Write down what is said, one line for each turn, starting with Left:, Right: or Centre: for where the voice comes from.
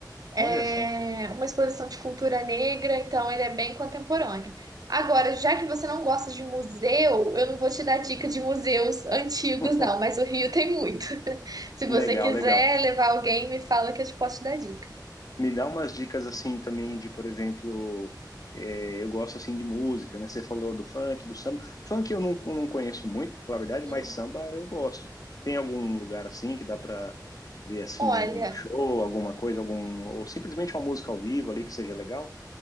Right: é,
Left: Olha só.
Right: uma exposição de cultura negra, então ele é bem contemporâneo. Agora, já que você não gosta de museu, eu não vou te dar dica de museus antigos,
Left: <laughs>
Right: não, mas o Rio tem muito. <laughs> Se você
Left: Legal,
Right: quiser
Left: legal.
Right: levar alguém, me fala que eu te posso te dar dica.
Left: Me dá umas dicas assim também de, por exemplo, é, eu gosto assim de música, né? Você falou do funk, do samba. Funk eu não, não conheço muito, pra falar a verdade,
Right: Hum.
Left: mas samba eu gosto. Tem algum lugar assim que dá pra ver assim
Right: Olha.
Left: um, um show, alguma coisa, algum ou simplesmente uma música ao vivo ali que seja legal?